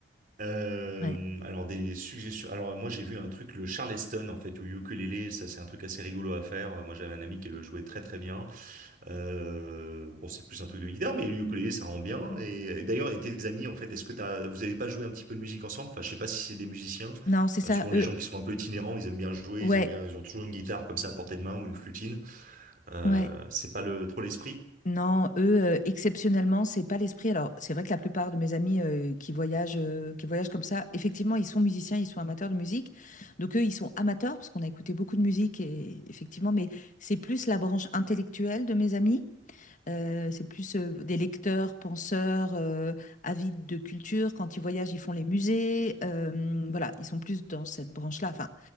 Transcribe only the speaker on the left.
Ouais.
Non, c'est ça,
eux.
Ouais,
ouais.
Non, eux, euh, exceptionnellement, c'est pas l'esprit. Alors, c'est vrai que la plupart de mes amis euh, qui voyagent, euh, qui voyagent comme ça, effectivement, ils sont musiciens, ils sont amateurs de musique. Donc, eux, ils sont amateurs parce qu'on a écouté beaucoup de musique, et, effectivement, mais c'est plus la branche intellectuelle de mes amis. Euh, c'est plus euh, des lecteurs, penseurs, euh, avides de culture. Quand ils voyagent, ils font les musées. Euh, voilà, ils sont plus dans cette branche-là. Enfin,